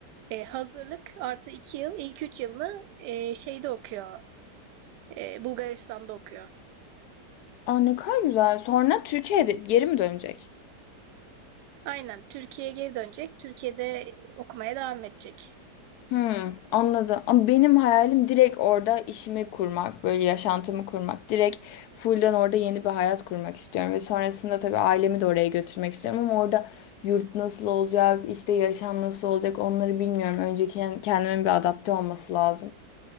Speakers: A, on the right; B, on the left.
A: e, hazırlık artı iki yıl, ilk üç yılını e, şeyde okuyor. Ee, Bulgaristan'da okuyor.
B: Aa ne kadar güzel. Sonra Türkiye'de geri mi dönecek?
A: Aynen. Türkiye'ye geri dönecek. Türkiye'de okumaya devam edecek.
B: Hmm, anladım. Ama benim hayalim direkt orada işimi kurmak, böyle yaşantımı kurmak. Direkt full'den orada yeni bir hayat kurmak istiyorum. Ve sonrasında tabii ailemi de oraya götürmek istiyorum. Ama orada yurt nasıl olacak, işte yaşam nasıl olacak onları bilmiyorum. Önce ken- kendimin bir adapte olması lazım.